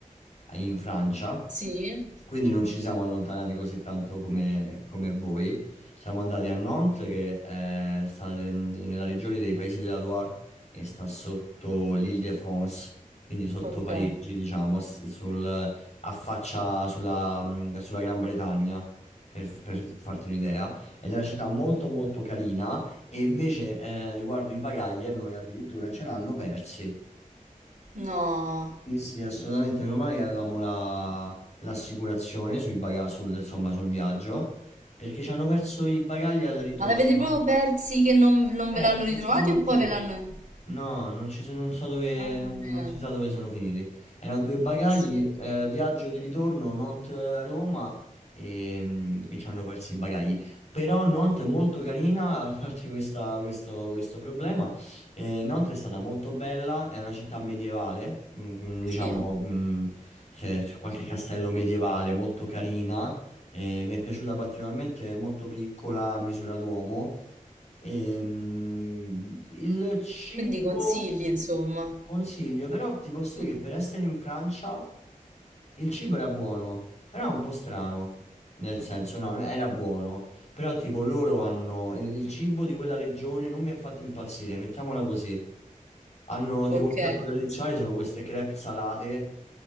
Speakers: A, on the left (about 55°); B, on the right (about 70°).
A: in Francia,
B: Sì,
A: quindi non ci siamo allontanati così tanto come, come voi. Siamo andati a Nantes, che è, sta in- nella regione dei Paesi della Loire e sta sotto l'Île-de-France, quindi sotto
B: ok.
A: Parigi, diciamo, s- sul, affaccia sulla, mh, sulla Gran Bretagna, per, per farti un'idea. Ed è una città molto molto carina e invece eh, riguardo i bagagli a noi addirittura ce l'hanno persi.
B: No.
A: Sì, sì, assolutamente, meno male che avevamo la- l'assicurazione sui baga- sul, insomma, sul viaggio, perché ci hanno perso i bagagli al ritorno.
B: Ma l'avete proprio persi che non, non
A: Perso,
B: ve l'hanno
A: non
B: ritrovati
A: ci sono
B: o
A: più.
B: poi ve l'hanno...
A: No, non ci so- non so dove,
B: Mamma
A: non,
B: mia,
A: non si sa dove sono finiti. Erano due bagagli,
B: assurdo.
A: eh, viaggio di ritorno, Nantes-Roma e, mm, e ci hanno perso i bagagli. Però Nantes è molto carina, <laughs> a parte questa- questo, questo problema. Eh, Nantes è stata molto bella, è una città medievale, mm, mm, diciamo,
B: Sì.
A: mm, c'è c'è qualche castello medievale, molto carina. Eh, mi è piaciuta particolarmente, è molto piccola, a misura d'uomo. Ehm, il cibo
B: Quindi consigli, insomma.
A: consiglio, però ti posso
B: Mm.
A: dire che per essere in Francia il cibo era buono, però un po' strano. Nel senso, no, era buono, però tipo loro hanno il, il cibo di quella regione non mi ha fatto impazzire, mettiamola così. Hanno tipo
B: Ok.
A: il piatto tradizionale sono queste crepe salate